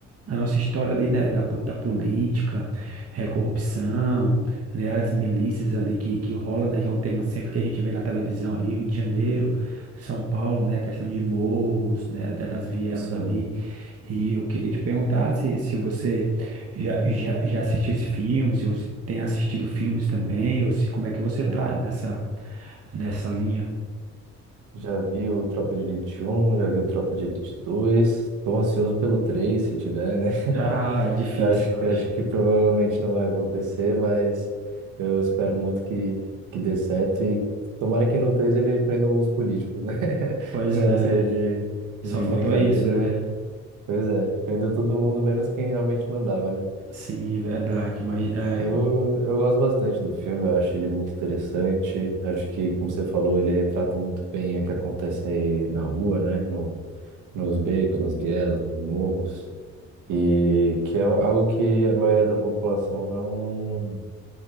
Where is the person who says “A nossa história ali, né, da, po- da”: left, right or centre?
Right